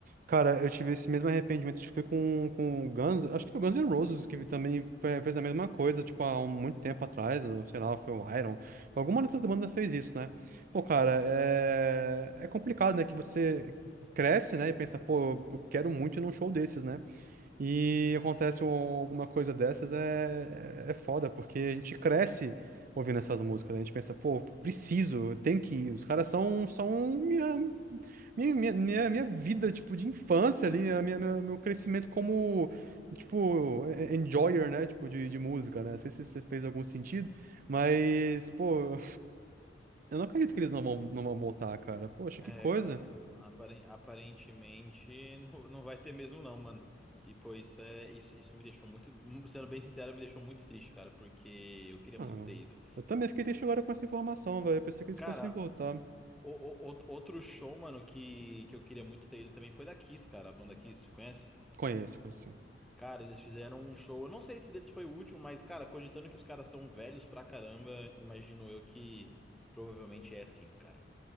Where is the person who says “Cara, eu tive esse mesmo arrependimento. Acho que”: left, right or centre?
Right